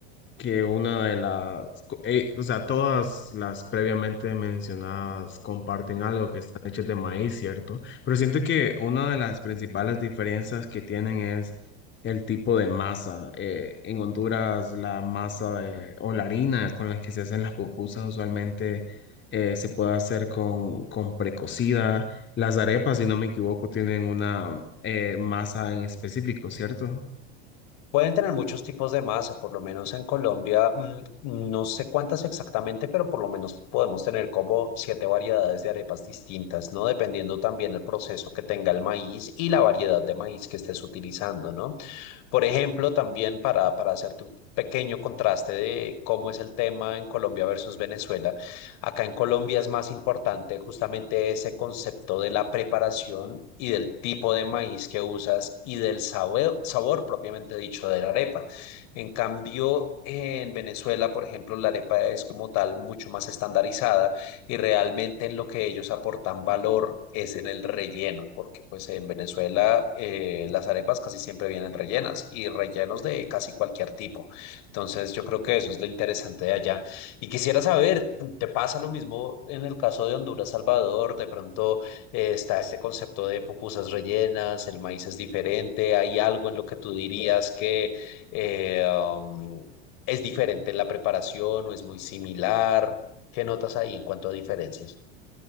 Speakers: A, on the left; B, on the left.
A: que una de las, co- eh, o sea, todas las previamente mencionadas comparten algo que están hechas de maíz, ¿cierto? Pero siento que una de las principales diferencias que tienen es el tipo de masa. Eh, en Honduras, la masa de- o la harina con la que se hacen las pupusas usualmente eh, se puede hacer con, con precocida. Las arepas, si no me equivoco, tienen una eh, masa en específico, ¿cierto?
B: Pueden tener muchos tipos de masa, por lo menos en Colombia, mm, no sé cuántas exactamente, pero por lo menos podemos tener como siete variedades de arepas distintas, ¿no? Dependiendo también el proceso que tenga el maíz y la variedad de maíz que estés utilizando, ¿no? Por ejemplo, también para, para hacerte un pequeño contraste de cómo es el tema en Colombia versus Venezuela, acá en Colombia es más importante justamente ese concepto de la preparación y del tipo de maíz que usas y del sabor, sabor propiamente dicho de la arepa. En cambio, en Venezuela, por ejemplo, la arepa es como tal mucho más estandarizada y realmente en lo que ellos aportan valor es en el relleno, porque pues en Venezuela eh, las arepas casi siempre vienen rellenas y rellenos de casi cualquier tipo. Entonces yo creo que eso es lo interesante de allá. Y quisiera saber, ¿te pasa lo mismo en el caso de Honduras, Salvador? De pronto eh, está este concepto de pupusas rellenas, el maíz es diferente, ¿hay algo en lo que tú dirías que... eh, um, ¿Es diferente en la preparación o es muy similar? ¿Qué notas ahí en cuanto a diferencias?